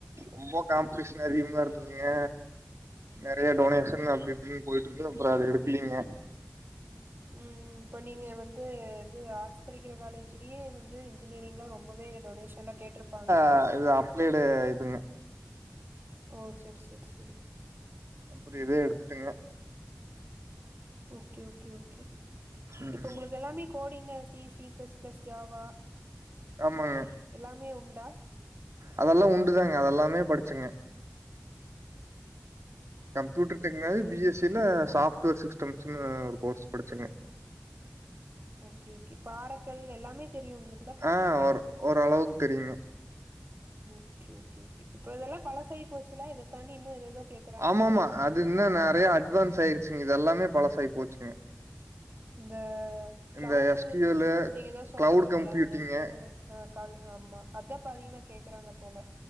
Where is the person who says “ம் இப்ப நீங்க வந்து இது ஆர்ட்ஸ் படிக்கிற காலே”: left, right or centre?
Right